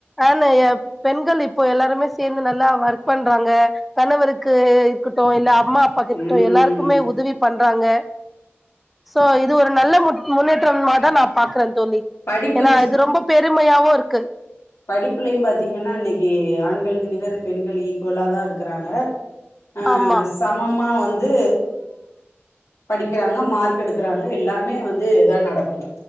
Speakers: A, in the centre; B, on the left.
A: ஆன் எப் பெண்கள் இப்ப எல்லாருமே சேந்து நல்லா ஒர்க் பண்றாங்க கணவருக்கு இருக்கட்டு இல்ல அம்மா அப்பாக்கு இருக்கட்டு
B: ம்
A: எல்லாருக்குமே உதவி பண்றாங்க சோ இது ஒரு நல்ல முட் முன்னேற்றம்மாதா நா பாக்கறே தோழி
B: படிப்பு
A: ஏன்னா இது ரொம்ப பெருமையாவு இருக்கு
B: படிப்புலியு பாத்திங்கன்னா இன்னிக்கு ஆண்களுக்கு நிகரு பெண்கள் ஈக் குவல்லாதா இருக்கறாங்க ஆ
A: ஆமா
B: சமமா வந்து படிக்கறாங்க மார்க் எடு க்கறாங்க எல்லாமே வந்து இதா நடக்குது